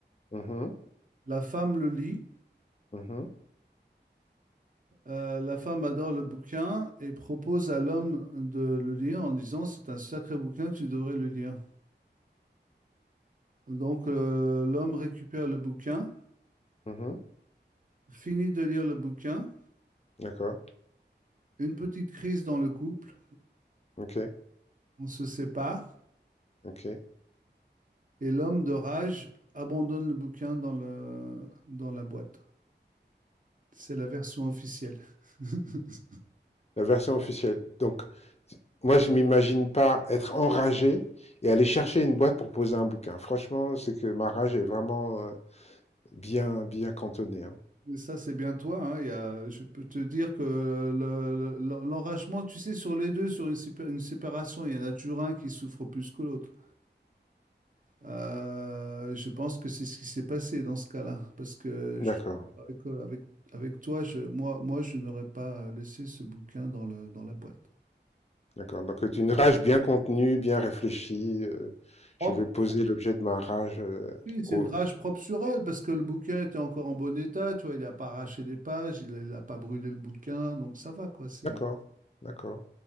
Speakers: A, on the left (about 35°); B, on the right (about 45°).
A: Mhm,
B: La femme le lit.
A: mhm,
B: Euh, la femme adore le bouquin et propose à l'homme de le lire en disant, C'est un sacré bouquin, tu devrais le lire. Donc euh, l'homme récupère le bouquin,
A: mhm.
B: finit de lire le bouquin.
A: D'accord.
B: Une petite crise dans le couple,
A: Ok,
B: on se sépare
A: ok.
B: et l'homme de rage abandonne le bouquin dans, le, dans la boîte. C'est la version officielle. <laughs>
A: La version officielle. Donc, moi, je m'imagine pas être enragé et aller chercher une boîte pour poser un bouquin. Franchement, c'est que ma rage est vraiment euh, bien, bien cantonnée. hein.
B: Mais ça, c'est bien toi. hein, il y a- je peux te dire que le- le- l'enragement, tu sais, sur les deux, sur une, une séparation, il y en a toujours un qui souffre plus que l'autre. Euh, je pense que c'est ce qui s'est passé dans ce cas-là. Parce que je-
A: D'accord,
B: avec, avec, avec toi, je, moi, moi, je n'aurais pas laissé ce bouquin dans le, dans la boîte.
A: d'accord. Donc, c'est une rage bien contenue, bien réfléchie. euh, je
B: Oh,
A: vais poser l'objet de ma rage. euh,
B: Oui, c'est
A: au...
B: une rage propre sur elle parce que le bouquin était encore en bon état, tu vois, il n'a pas arraché les pages, il n'a pas brûlé le bouquin, donc ça va quoi. C'est.
A: D'accord, d'accord.